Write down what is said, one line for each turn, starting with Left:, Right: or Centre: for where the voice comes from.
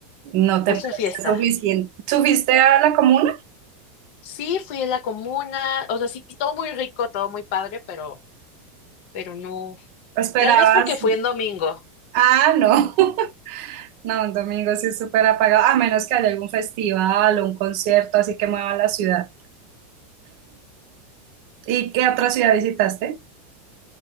Right: ¿no te
Left: mucha
Right: parece
Left: fiesta.
Right: suficiente? ¿Subiste a la comuna?
Left: Sí, fui a la comuna, o sea, sí, todo muy rico, todo muy padre, pero, pero no.
Right: ¿Esperabas?
Left: Tal vez porque fui en domingo.
Right: Ah, no. No, un domingo sí es súper apagado, a menos que haya algún festival o un concierto, así que mueva la ciudad. ¿Y qué otra ciudad visitaste?